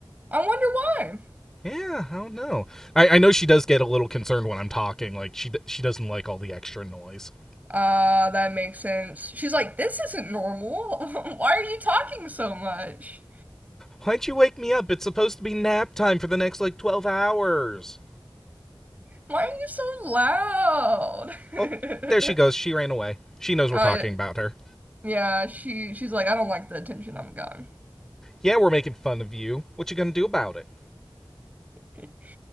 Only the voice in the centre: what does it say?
Yeah, I don't know. I, I know she does get a little concerned when I'm talking. Like she she doesn't like all the extra noise.
Why'd you wake me up? It's supposed to be nap time for the next like twelve hours.
Oh, there she
goes. She ran away. She knows
we're talking about her.
Yeah, we're making fun of you. What you gonna do about it?